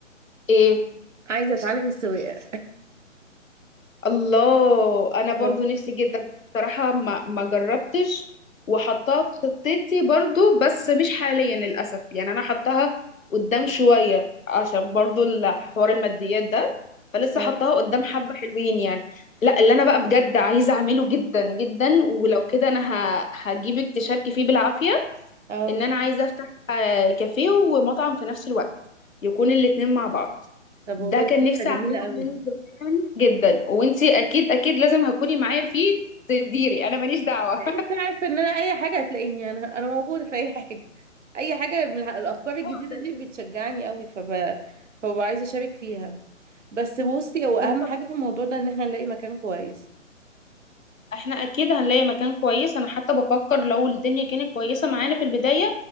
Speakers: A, on the left; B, on the right.
A: آه.
B: عايزه اتعلم السواقه
A: الله انا برضو
B: اه
A: نفسي جدا بصراحة ما ما جربتش وحطها في خطتي برضو بس مش حاليا للأسف يعني انا حطها قدام شوية عشان برضو الحوار الماديات ده فلسه
B: اه
A: حطها قدام حبة حلوين يعني لا اللي انا بقى بجد عايزة اعمله جدا جدا ولو كده انا ه- هجيبك تشاركي فيه بالعافية
B: اه
A: ان انا عايزه افتح آه، كافيه ومطعم في نفس الوقت يكون الاتنين مع بعض
B: طب
A: ده
B: والله
A: كان
B: دي فكره
A: نفسي
B: جميله
A: اعمله
B: قوي
A: من زمان جدا وانتي اكيد اكيد لازم هتكوني معايا فيه تديري انا ماليش دعوه
B: انت عارفه ان انا اي حاجه هتلاقيني انا انا موجوده في اي حاجه اي حاجه من الح- الافكار الجديده
A: <laughs> اه بلاش
B: دي بتشجعني قوي فب... فببقى عايزه اشارك فيها بس بصي هو اهم
A: بالظبط
B: حاجه في الموضوع ده ان احنا نلاقي مكان كويس
A: احنا اكيد هنلاقي مكان كويس انا حتى بفكر لو الدنيا كانت كويسه معانا في البدايه